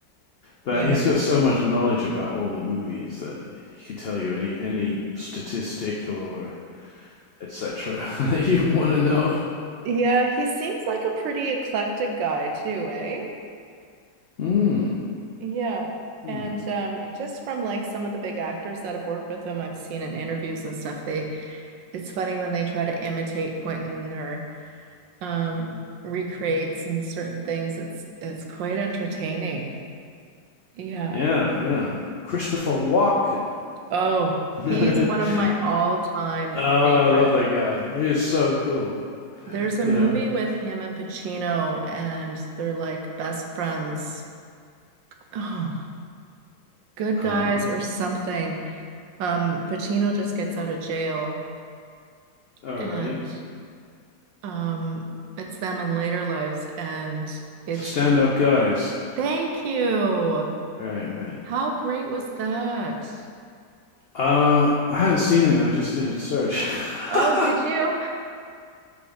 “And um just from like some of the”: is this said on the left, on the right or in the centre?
Right